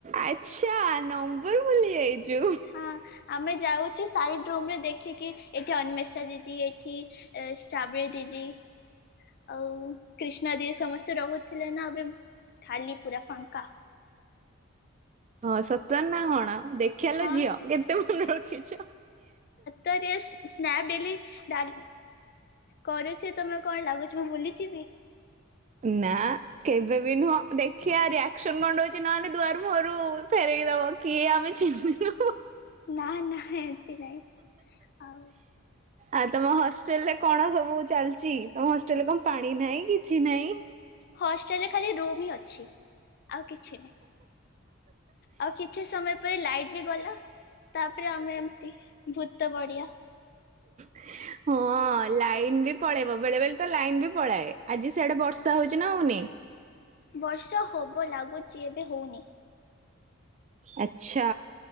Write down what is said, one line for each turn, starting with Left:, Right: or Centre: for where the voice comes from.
Right: ଆଚ୍ଛା ନମ୍ବର ଭୁଲି ଯାଇଛୁ।
Left: ହଁ ଆମେ ଯାଉଛୁ ସାଇଡ଼୍ ରୁମ ରେ ଦେଖିକି ଏଠି ଅନ୍ମେଷା ଦିଦି ଏଠି ଷ୍ଟ୍ରାବେରି ଦିଦି ଆଉ କ୍ରିଷ୍ଣା ଦି ସମସ୍ତେ ରହୁଥିଲେ ନା, ଏବେ ଖାଲି ପୁରା ଫାଙ୍କା।
Right: ହଁ ସତରେ ନା କଣ ଆଉ, ଦେଖୀୟା ଲୋ
Left: ହଁ
Right: ଝିଅ କେତେ ମନେ ରଖିଛ।
Left: ତ ଟିକେ ସ୍ନାପ୍ ଡେଲି ତ କରୁଛି ତମେ କଣ ଲାଗୁଛ ମୁଁ ଭୁଲିଯିବି?
Right: ନା। କେବେ ବି ନୁହଁ, ଦେଖିଆ ରିଆକ୍ସନ କଣ ରହୁଛି ନହଲେ ଦୁଆରୁ ମୁହଁରୁ ଫେରେଇ ଦବ। କିଏ ଆମେ ଚିନ୍ହିନୁ
Left: ନା ନା ଏମିତି ନାଇଁ। ଆଉ।
Right: ଆଉ ତମ ହଷ୍ଟେଲ ରେ କଣ ସବୁ ଚାଲିଛି? ତମ ହଷ୍ଟେଲରେ କଣ ପାଣି ନାହିଁ କିଛି ନାହିଁ।
Left: ହଷ୍ଟେଲରେ ଖାଲି ରୁମ ହିଁ ଅଛି ଆଉ କିଛି ନାହିଁ। ଆଉ କିଛି ସମୟ ପରେ ଲାଇଟ୍ ବି ଗଲା ତାପରେ ଆମେ ଏମତି ଭୂତ ବଢ଼ୀଆ
Right: <inaudible> ହଁ ଲାଇନ ବି ପଳେଇବ। ବେଳେ ବେଳେ ତ ଲାଇନ ବି ପଳାଏ। ଆଜି ସେଆଡେ ବର୍ଷା ହଉଛି ନା ହଉନି?
Left: ବର୍ଷା ହବ ଲାଗୁଛି ଏବେ ହୋଉନି।
Right: ଆଛା